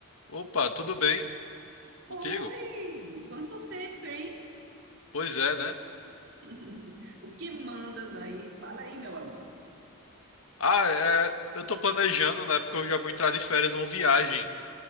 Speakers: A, on the left; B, on the right.
A: Opa, tudo bem contigo?
B: Oi! Quanto tempo, hein?
A: Pois é,
B: Que-
A: né?
B: <laughs> O que mandas aí? Fala aí, meu amigo.
A: Ah, é, eu tô planejando, né? Porque eu já vou entrar de férias uma viagem.